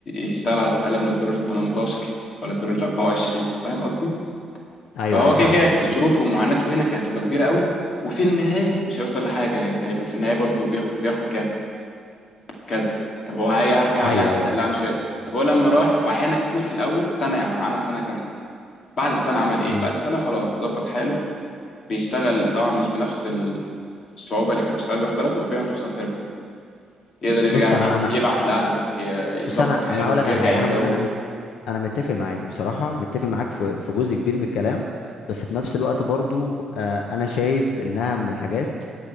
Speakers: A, on the left (about 50°); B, on the left (about 85°).
A: يشتغل على سقاله من الدور ال 18 ولا الدور ال 24 فاهم قصدي
B: ايوه
A: فهو
B: ايوه
A: كده
B: فاهمك
A: كده ظروفه ومعاناته هنا كانت هتبقى كبيره قوي وفي النهايه مش هيوصل لحاجه لان هيبقى في النهايه برضه بياخد بياخد كام كذا طب هو هيعرف يعلي
B: ايوه
A: عن كده
B: ايوه
A: لا مش هيقدر طب هو لما راح وعانى كتير في الاول سنه يعني معانا سنه كامله بعد السنة عمل إيه؟
B: مم.
A: بعد السنة خلاص ظبط حاله بيشتغل طبعا مش بنفس ال- الصعوبة اللي كان بيشتغل بيها في بلده وبيعمل فلوس أكتر بكتير يقدر يرجع
B: بص انا
A: ي-
B: انا
A: يبعت لأهله ي- يظبط
B: بص انا انا
A: حاله
B: هقول لك
A: يرجع
B: على حاجه
A: يتجوز
B: انا م- انا مت انا متفق معاك بصراحه متفق معاك في في جزء كبير من الكلام بس في نفس الوقت برضو آه، انا شايف انها من الحاجات